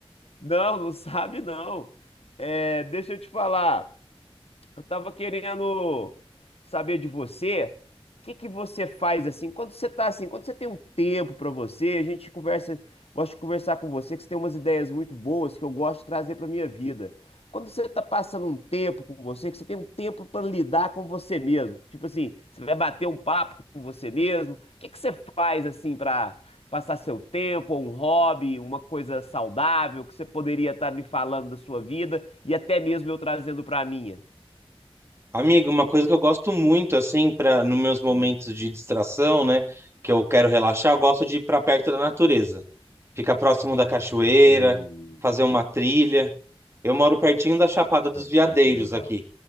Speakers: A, on the left; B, on the right.
A: Não, não sabe, não. É, deixa eu te falar. Eu tava querendo saber de você, o que que você faz assim, quando você tá assim, quando você tem um tempo pra você, a gente conversa, gosto de conversar com você, que você tem umas ideias muito boas que eu gosto de trazer pra minha vida. Quando você tá passando um tempo com você, que você tem um tempo pra lidar com você mesmo, tipo assim, você vai bater um papo com você mesmo, o que que você faz assim pra passar seu tempo, ou um hobby, uma coisa saudável que você poderia estar me falando da sua vida e até mesmo eu trazendo pra minha?
B: Amigo, uma coisa que eu gosto muito, assim, para nos meus momentos de distração, né? Que eu quero relaxar, eu gosto de ir pra perto da natureza. ficar próximo da cachoeira,
A: Hum,
B: fazer uma trilha. Eu moro pertinho da Chapada dos Veadeiros
A: ah, que legal.
B: aqui.